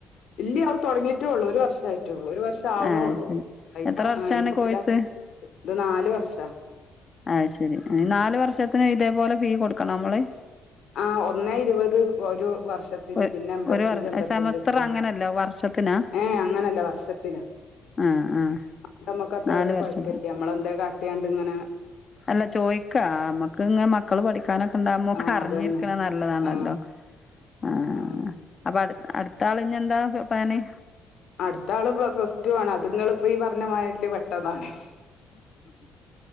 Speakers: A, on the left; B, on the left.
A: ഇല്ല്യ അത് തൊടങ്ങീ റ്റൊള്ളൂ ഒരു വർഷം ആയിറ്റൊള്ളൂ ഒരു വർഷം ആവണോ
B: ആഹ്
A: ഒള്ളൂ
B: ശരി
A: <unintelligible>
B: എത്ര വർഷാണ് കോഴ്സ്
A: ഇത് നാലു വർഷാ
B: അഅ് ശരി നാലു വർഷത്തിനും ഇതേപോലെ ഫീ കൊടുക്കണൊ അമ്മള്
A: ആഹ് ഒന്നേ ഇരുവത് ഒരു വർഷത്തില്
B: ഒ
A: പിന്നെ എമ്പത്തഞ്ച്
B: ഒരു വർ
A: എമ്പത്തഞ്ച്
B: സെമസ്റ്റർ
A: വെച്ച്
B: അങ്ങനല്ല വർഷത്തിനാ
A: ഏഹ് അങ്ങനല്ല വർഷത് ത്തിലാ.
B: ആഹ് ആഹ്
A: <unintelligible> നമ്മക്കത്ര
B: നാല്
A: വല്യ
B: വർഷത്തിന്
A: കൊഴപ്പല്ല്യ. നമ്മളെന്തേ കാട്ടിയാണ്ടിങ്ങനെ
B: അല്ല ചോയിക്കാ. മ്മക്കിങ്ങനെ മക്കള് പഠിക്കാനൊക്കെ ഇണ്ടാവുമ്പോക്കെറി
A: ആ അതന്നെ
B: ഞ്ഞിരിക്കണ നല്ലതാണല്ലോ.
A: ആ
B: ആഹ്
A: ആ
B: അപ്പ അടുത്ത് അടുത്താളിഞ്ഞിയെന്താ പ്ലാന്?
A: അടുത്താള് പ്ല പ്ലസ് ടു ആണ്. അത്ങ്ങളീപ്പറഞ്ഞ മാരില് പെട്ടതാണേ.